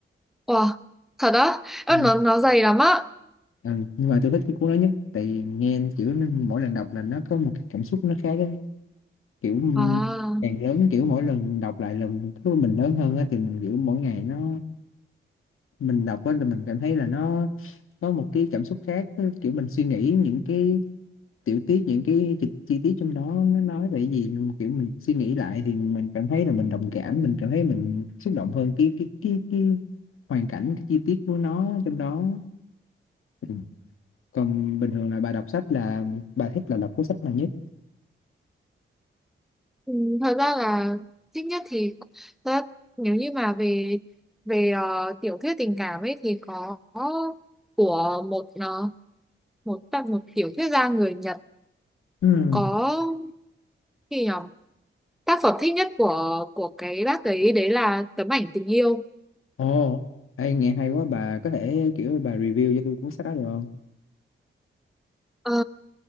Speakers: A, in the centre; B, on the left.
A: Wow, thật á? Ơ,
B: Ừ.
A: Nó, nó dày lắm á.
B: Ừ, nhưng mà tôi thích cái cuốn đó nhất tại vì nghe kiểu nó- mỗi lần đọc là nó có một cái cảm xúc nó khác ấy. kiểu
A: À.
B: càng lớn kiểu mỗi lần đọc lại lần thứ mình lớn hơn á thì mình kiểu mỗi ngày nó mình đọc á là mình cảm thấy là nó có một cái cảm xúc khác nó kiểu mình suy nghĩ những cái tiểu tiết những cái chi, chi tiết trong đó nó nói về cái gì nhưng mà kiểu mình suy nghĩ lại thì mình cảm thấy là mình đồng cảm mình cảm thấy mình xúc động hơn cái cái cái cái hoàn cảnh cái chi tiết của nó trong đó ừ. còn bình thường là bà đọc sách là bà thích là đọc cuốn sách nào nhất
A: Ừ, thật ra là thích nhất thì thật ra nếu như mà về về ờ, tiểu thuyết tình cảm ấy thì có của một ờ, một tác một tiểu thuyết gia người Nhật
B: Ừ.
A: có gì nhỉ tác phẩm thích nhất của của cái bác ấy đấy là tấm ảnh tình yêu
B: ồ ê, nghe hay quá bà có thể kiểu bà review cho tôi cuốn sách đó được không
A: Ờ,